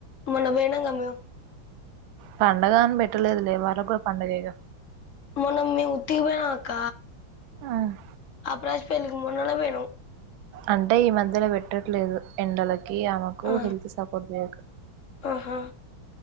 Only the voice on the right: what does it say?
పండగా అని పెట్టలేదులే వాళ్ళక్ గూడా పండుగేగా
ఆహ్
అంటే ఈ మధ్యల పేట్టట్లేదు ఎండలకి ఆమె కూ
హెల్త్ సపోర్ట్ జేయక